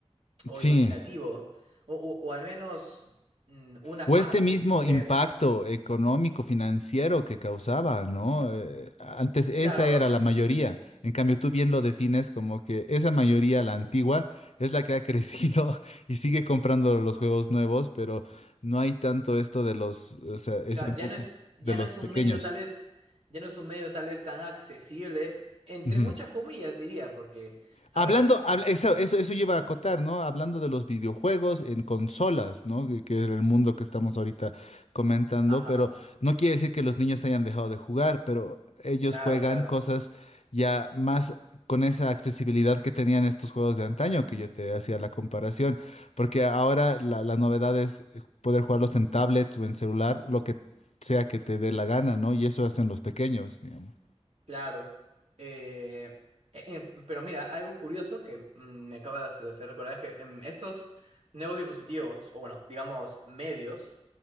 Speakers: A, on the right; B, on the left.
A: o
B: sí.
A: imaginativo, o, o- o al menos mm, una
B: O
A: parte,
B: este mismo
A: porque
B: impacto económico, financiero que causaba, ¿no? Eh, antes esa
A: claro,
B: era la mayoría. En cambio, tú bien lo defines como que esa mayoría, la antigua, es la que ha <laughs> crecido y sigue comprando los juegos nuevos, pero no hay tanto esto de los, o sea, ese
A: Claro,
B: enfoque
A: ya no es, ya
B: de los
A: no es
B: pequeños.
A: un medio tal vez, ya no es un medio tal vez tan accesible, entre
B: Ujú.
A: muchas comillas diría, porque, a
B: Hablando,
A: ver, si-
B: habla- eso, eso, eso yo a acotar, ¿no? Hablando de los videojuegos en consolas, ¿no? Que, que es el mundo que estamos ahorita comentando,
A: ajá,
B: pero no quiere decir que los niños hayan dejado de jugar, pero ellos
A: claro,
B: juegan
A: claro.
B: cosas ya más con esa accesibilidad que tenían estos juegos de antaño, que yo te hacía la comparación, porque ahora la, la novedad es eh, poder jugarlos en tablets o en celular, lo que sea que te dé la gana, ¿no? Y eso hacen los pequeños, digamos.
A: Claro. Eh, eh, eh, pero mira, algo curioso que mm, me acabas de hacer recordar es que en estos nuevos dispositivos, o bueno, digamos medios,